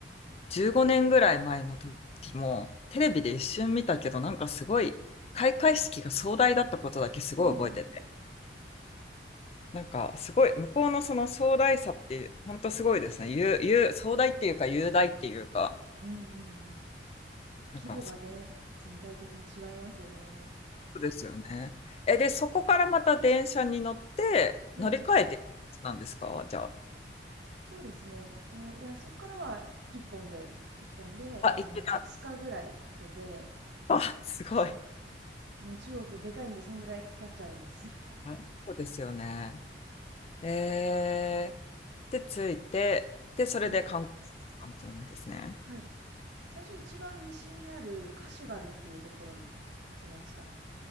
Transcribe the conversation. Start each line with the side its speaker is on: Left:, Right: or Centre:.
Left: 15年ぐらい前の時も、テレビで一瞬見たけど、なんかすごい、開会式が壮大だったことだけすごい覚えてて、
Right: <laughs>
Left: なんかすごい、向こうのその壮大さって、本当すごいですね。ゆう、ゆう、壮大っていうか、雄大っていうか、
Right: うんうんうん。やっぱ規模がね、
Left: なんかそ
Right: 全体的に違いますよね。
Left: うですよね。え、で、そこからまた電車に乗って、
Right: はい。
Left: 乗り換えてなんですかじゃあ。
Right: そうですね。えーいや、そこからは一本で、一本で、えー二日ぐらいかけて、
Left: あ、行けた。あ、すごい。
Right: もう中国でかいんで、そんぐらいかかっちゃうんです。<laughs>
Left: あそうですよね。えー、で、着いて、で、それで観光する感じなんですね。
Right: はい。はい。最初一番西にあるカシュガルっていうところに行きました。